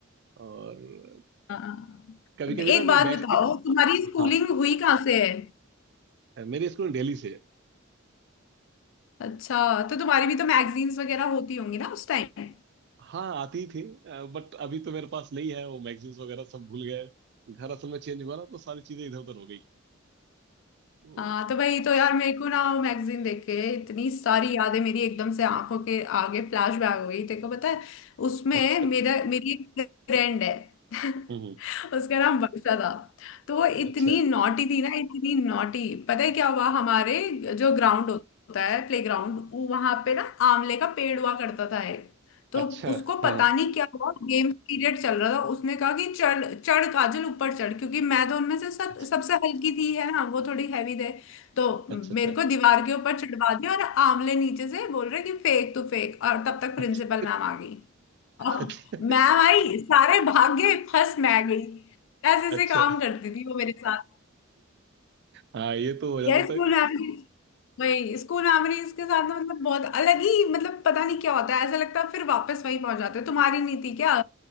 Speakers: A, on the right; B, on the left.
A: और
B: हाँ
A: कभी कभी
B: एक
A: ना मैं
B: बात
A: बैठ
B: बताओ
A: के
B: तुम्हारी
A: हाँ
B: स्कूलिंग हुई कहाँ से है
A: मेरे स्कूल दिल्ली से है।
B: अच्छा तो तुम्हारी भी तो मैगजीन्स वगैरह होती होंगी ना उस टाइम
A: हाँ आती थी बट अभी तो मेरे पास नहीं है वो मैगजीन्स वगैरह सब भूल गए घर असल में चेंज हुआ ना तो सारी चीजें इधर उधर हो गई तो,
B: हाँ तो भाई तो यार मेरे को ना वो मैगजीन देख के इतनी सारी यादें मेरी एकदम से आंखों के आगे फ्लैश बैक हो गई तेरे को पता है उसमें
A: अच्छा
B: मेरा मेरी एक फ्रेंड है <laughs>
A: हम्म हम्म,
B: उसका नाम वर्षा था तो वो इतनी
A: अच्छा
B: नॉटी थी ना इतनी नॉटी पता है क्या हुआ हमारे जो ग्राउंड होता है प्ले ग्राउंड वहां पे ना आंवले का पेड़ हुआ करता था तो
A: अच्छा
B: उसको पता
A: हाँ
B: नहीं क्या हुआ गेम पीरियड चल रहा था उसने कहा कि चढ़ चढ़ काजल ऊपर चढ़ क्योंकि मैं तो उनमें से सब
A: अच्छा
B: सबसे हल्की थी है ना वो थोड़ी हैवी थे तो
A: अच्छा अच्छा
B: मेरे को दीवार के ऊपर चढ़वा दिया और आंवले नीचे से बोल रहे कि फेंक तू फेंक और तब तक प्रिंसिपल
A: अच्छा
B: मैम आ गई और
A: अच्छा
B: मैम आई सारे भाग गए फंस मैं गई ऐसे ऐसे
A: अच्छा,
B: काम करती थी वो मेरे साथ
A: हाँ ये तो हो जाता
B: यार स्कूल
A: था
B: मेमोरीज वही स्कूल मेमोरीज के साथ ना मतलब बहुत अलग ही मतलब पता नहीं क्या होता है ऐसा लगता है फिर वापस वहीं पहुंच जाते हो तुम्हारी नहीं थी क्या